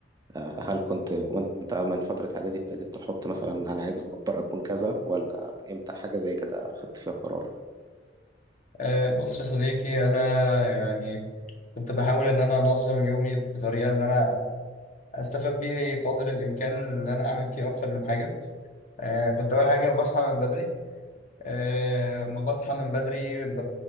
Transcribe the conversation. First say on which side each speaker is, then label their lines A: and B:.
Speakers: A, on the right (about 20°); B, on the left (about 45°).
A: آه، هل كنت وأنت من فترة إعدادي ابتديت تحط مثلا أنا عايز لما أكبر أكون كذا ولا إمتى حاجة زي كده خدت فيها قرار؟
B: أه بص يا صديقي انا يعني كنت بحاول ان انا انظم يومي بطريقه ان انا استفاد بيه قدر الامكان ان انا اعمل فيه اكتر من حاجه أه كنت اول حاجه بصحى من بدري أه ما بصحى من بدري ب...